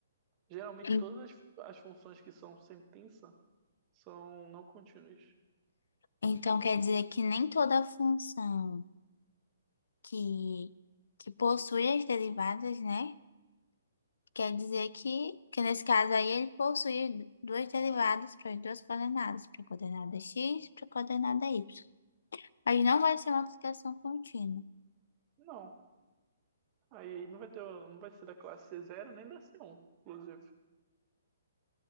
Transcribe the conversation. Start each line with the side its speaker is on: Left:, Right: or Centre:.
Right: Geralmente
Left: En-
Right: todas as, as funções que são sentença são não contínuas.
Left: Então quer dizer que nem toda função que, que possui as derivadas, né? Quer dizer que, que nesse caso aí ele possui duas derivadas para as duas coordenadas, para a coordenada x e para a coordenada y. Mas não vai ser uma multiplicação contínua.
Right: Não, aí não vai ter, não vai ser da classe c zero nem da c um inclusive,